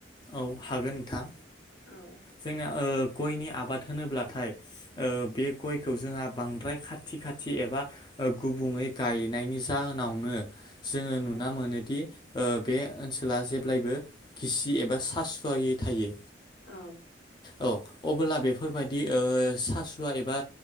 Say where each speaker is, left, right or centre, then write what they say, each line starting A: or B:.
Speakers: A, on the left; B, on the left.
A: औ हागोन नोंथां
B: औ
A: जोंना ओ गयनि आबाद होनोब्लाथाय ओ बे गयखौ जोंहा बांद्राय खाथि खाथि एबा ओ गुबुङै गायनायनि जाहोनावनो जोङो
B: औ
A: नुना मोनोदि ओ बे ओनसोला जेब्लायबो खिसि एबा एा सासुवायै थायो
B: औ
A: औ अबोब्ला बेफोरबायदि ओ सासुवा एबा